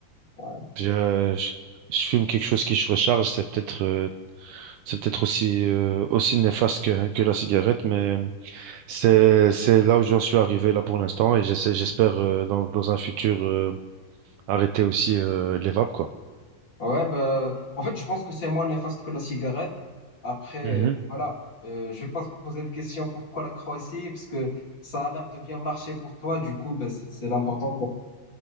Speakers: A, on the left; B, on the right.
A: ouais,
B: Je, je, je fume quelque chose qui se recharge. C'est peut-être, euh, c'est peut-être aussi, euh, aussi néfaste que, que la cigarette, mais c'est, c'est là où j'en suis arrivé là pour l'instant et j'essaie, j'espère, euh, dans, dans un futur, euh, arrêter aussi, euh, les vapes, quoi.
A: ouais, bah, en fait, je pense que c'est moins néfaste que la cigarette, après,
B: Mhm.
A: euh, voilà, euh, je vais pas se poser de questions pourquoi la Croatie, parce que ça a l'air de bien marcher pour toi, du coup, bah, c'est c'est l'important,